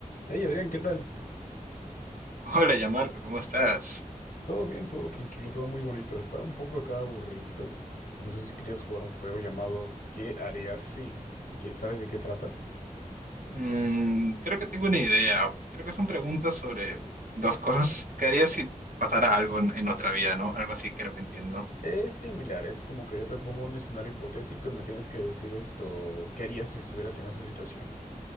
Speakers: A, on the left (about 85°); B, on the right (about 75°).
A: Hey Adrián, ¿qué tal?
B: Hola, ya Marco, ¿cómo estás?
A: Todo bien, todo tranquilo, todo muy bonito. Estaba un poco acá aburridito. No sé si querías jugar un juego llamado ¿Qué harías si? ¿Qué- ¿Sabes de qué trata?
B: Mm, creo que tengo una idea. Creo que son preguntas sobre dos cosas que harías si pasara algo en, en nuestra vida, ¿no? Algo así creo que entiendo.
A: Es similar, es como que yo te pongo un escenario hipotético y me tienes que decir esto, ¿qué harías si estuvieras en esa situación?